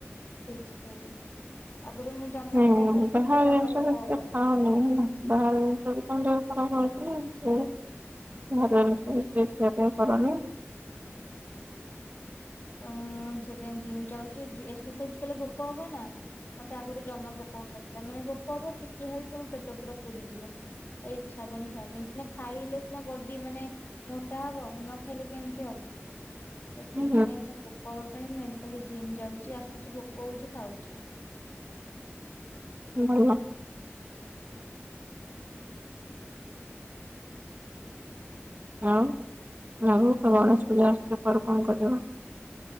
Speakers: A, on the left; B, on the right.
A: ଠିକ ସେ ଆଗରୁ ମୁଁ ଜମା
B: ହୁଁ
A: ଖାଇନଥିଲି
B: ବାହାର
A: ମତେ ଜମା
B: ଜିନିଷ
A: ଭୋକ
B: ତ ଟିକେ
A: ହବନି।
B: ଖାଅନି ହେଲା ବାହାର ଜିନିଷ ଖାଇଲେ ଦେହ ଖରାପ ହଉଛି ହଉ ଘରେ ଶଇଷା ଟ କରନି <inaudible>
A: ସେଥି ପାଇଁ ଜିମ ଯାଉଚି ଏକ୍ସରସାଇଜ କଲେ ଭୋକ ହବ ନା ମତେ ଆଗରୁ ଜମା ଭୋକ ହଉନଥିଲା ମାନେ ଭୋକ ହବ ଟିକେ ଖାଇକି ତମ ପେଟ ପୁରା ପୁରୀଯିବ ଏ ଇଚ୍ଛା ହବନି ଖାଇବା ପାଇଁ ସିନା ଖାଇଲେ ସିନା ବଡି ମାନେ ମୋଟା ହବ ନ ଖାଇଲେ କେମିତି ହବ ତ ସେ
B: ହୁଁ
A: ଭୋକ ପାଇଁ ମୁଁ ଏମିତି ଜିମ୍ ଯାଉଛି ଆସୁଛି ଭୋକ ହଉଛି ଖାଉଛି
B: ହଁ ଆଉ ଆଗକୁ ଗଣେଶ ପୂଜା ଆସୁଚି କୁଆଡେ କଣ କରିବ